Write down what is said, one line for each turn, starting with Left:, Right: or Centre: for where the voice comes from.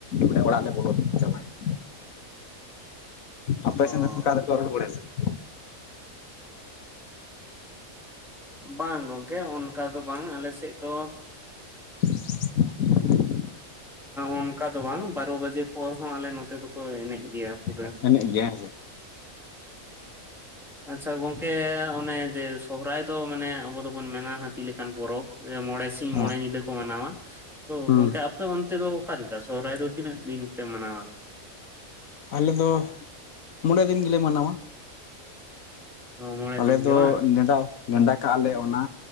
Left: ᱞᱮᱮ ᱚᱲᱟᱜ ᱞᱮ ᱵᱚᱞᱚᱟ ᱡᱟᱵᱟᱭᱮᱱᱟ ᱟᱯᱮ
Centre: ᱚ
Left: ᱥᱮᱱ ᱫᱚ ᱚᱱᱠᱟ ᱫᱚ ᱨᱚᱲ ᱵᱟᱲᱟ ᱥᱮ ᱵᱟᱝ?
Centre: ᱵᱟᱝ ᱜᱚᱝᱠᱮ ᱚᱱᱠᱟ ᱫᱚ ᱵᱟᱝ ᱟᱞᱮ ᱥᱮᱫ ᱫᱚ
Left: <unintelligible>
Centre: ᱚᱱᱠᱟ ᱫᱚ ᱵᱟᱝ ᱵᱟᱨᱚ ᱵᱟᱡᱮ ᱯᱚᱨ ᱦᱚᱸ ᱟᱞᱮ ᱱᱚᱛᱮ ᱫᱚᱠᱚ ᱮᱱᱮᱡ ᱜᱮᱭᱟ ᱯᱩᱨᱟᱹ
Left: ᱵᱟᱝ ᱮᱱᱮᱡ ᱜᱮ ᱦᱮᱸ ᱥᱮ
Centre: ᱟᱪᱪᱷᱟ ᱜᱚᱝᱠᱮ ᱚᱱᱮ ᱡᱮᱼᱼ ᱥᱚᱦᱨᱟᱭ ᱫᱚ ᱢᱟᱱᱮ ᱟᱵᱚ ᱫᱚᱵᱚᱱ ᱢᱮᱱᱟ ᱦᱟᱹᱛᱤ ᱞᱮᱠᱟᱱ ᱯᱚᱨᱚᱵᱽ ᱢᱚᱬᱮ ᱥᱤᱧ
Left: ᱦᱮᱸ
Centre: ᱢᱚᱬᱮ ᱧᱤᱫᱟᱹ ᱠᱚ ᱢᱟᱱᱟᱣᱟ ᱛᱚ
Left: ᱦᱩᱸ
Centre: ᱜᱚᱝᱠᱮ ᱟᱯᱮ ᱚᱱᱛᱮ ᱫᱚ ᱚᱠᱟᱞᱮᱠᱟ ᱥᱚᱦᱚᱨᱟᱭ ᱫᱚ ᱛᱤᱱᱟᱹᱜ ᱫᱤᱱ ᱯᱮ ᱢᱟᱱᱟᱣᱟ
Left: ᱟᱞᱮ ᱫᱚ ᱢᱚᱬᱮ ᱫᱤᱱ ᱜᱮᱞᱮ ᱢᱟᱱᱟᱣᱟ᱾
Centre: ᱢᱚᱬᱮ
Left: ᱟᱞᱮ
Centre: ᱫᱤᱱ
Left: ᱫᱚ
Centre: ᱜᱮ ᱵᱟᱝ
Left: ᱱᱮᱰᱟᱼᱼ ᱱᱮᱰᱟ ᱠᱟᱜᱼᱟ ᱞᱮ ᱚᱱᱟ